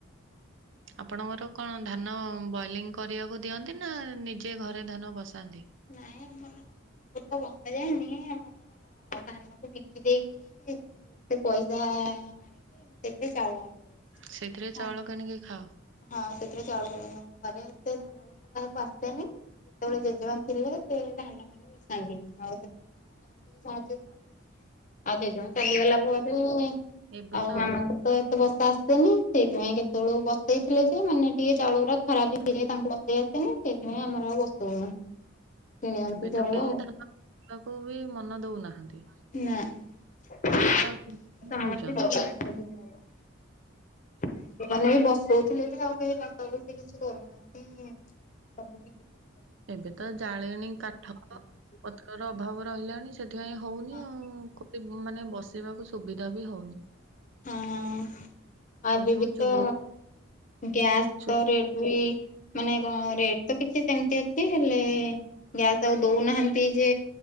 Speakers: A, on the right; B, on the left.
A: ଆପଣଙ୍କର କ'ଣ ଧାନ ବଏଲିଂ କରିବାକୁ ଦିଅନ୍ତି ନା ନିଜେ ଘରେ ଧାନ ବସାନ୍ତି?
B: <inaudible> <unintelligible> <inaudible>
A: ସେଇ ଥିରେ
B: ହଁ
A: ଚାଉଳ କିଣିକି ଖାଅ।
B: <unintelligible> <unintelligible> <unintelligible>
A: ହଁ ଏ-
B: <inaudible>
A: ଏବେ ତ ଆଉ
B: <inaudible> <inaudible>
A: ଏବେ
B: ଚାଉଳ
A: ତ କେହି
B: ଆଉ।
A: ଧାନ ମନ ଦଉ ନାହାନ୍ତି।
B: <inaudible>
A: କିଣିକି ଖାଉଛନ୍ତି
B: <inaudible> ସବୁ ବି
A: ଏବେ ତ ଜାଳେଣୀ କାଠ
B: ଆଣୁଛନ୍ତି।
A: ଅଭାବ ରହିଲାଣି। ପାଇଁ ହଉନି
B: ହଁ
A: ଆଉ, ମାନେ ବସେଇ ବାକୁ ସୁବିଧା ବି ହଉନି।
B: ହଁ! ଏବେ
A: ଏ ସବୁ
B: ବି
A: ଚୁଲି
B: ତ ଗ୍ୟାସ୍‌ର
A: ଚୁ
B: ରେଟ୍ ବି ମାନେ ରେଟ୍ ତ କିଛି ସେମ୍ତି ଅଛି। ହେଲେ ଗ୍ୟାସ୍‌ ଆଉ ଦଉନାହାନ୍ତି ଯେ,